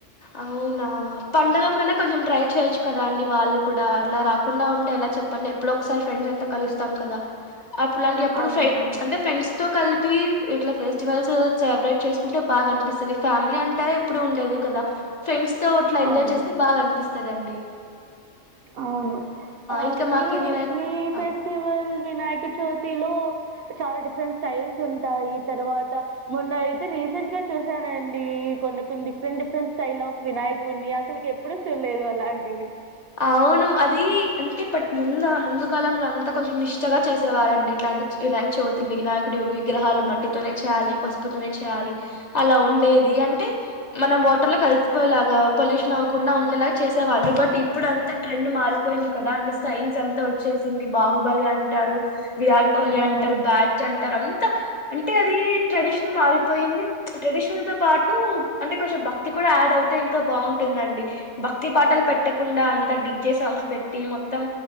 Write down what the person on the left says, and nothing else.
అవునా పండగప్పుడన్న కొంచెం ట్రై చేయొచ్చు కదా అండి వాళ్ళు కూడా అలా రాకుండా ఉంటే ఎలా చెప్ పండి ఎప్పుడో ఒకసారి ఫ్రెండ్స్ అంత కలుస్తాం కదా అప్పుడులాంటి ఎప్పుడు
అంటే ఫ్రెండ్స్ తో కలిపి ఇట్లా ఫెస్ట్ వేల్స్ సెల్బ్రేట్ చేసుకుంటే బాగా అనిపిస్తది ఫ్యామిలీ అంటే అది ఎప్పుడు ఉండేదే కదా ఫ్రెండ్స్ తో ఉంట్ల ఎంజాయ్
చేస్తే బాగా అనిపిస్తందండి
ఇంకా మాకు
వినాయక్
ఆ
అవును అది అంటే పాట్ ముందా ముందు కాలంల అంతా కొంచెం నిష్టగా చేసేవారండి ఇట్లాంటి వినాయకచవితి వినాయకుడు విగ్రహాలు మట్టితోనే చేయాలి పసుపుతోనే చేయాలి అలా ఉండేది అంటే మనం వాటర్ లో కలిసిపోయేలాగా పొల్యూషన్ అవకుండా ఉండేలాగా చేసేవాళ్ళు బట్ ఇప్పుడు అంతా ట్రెండ్ మారిపోయింది కదా అంటే స్టైల్స్ అంతా వచ్చేసింది బాహుబలి అంటారు విరాట్ కోహ్లీ
అంటారు బాట్ అంటారు అంతా అంటే అది ట్రెడిషన్ మారిపోయింది ట్రెడిషనల్ తో పాటు అంటే కొచం భక్తి కూడా యాడ్ అవుతే ఇంకా బాగుంటుందండి భక్తి పాటల్ పెట్టకుండా అంతా డిగ్జే సాంగ్స్ పెట్టి మొత్తం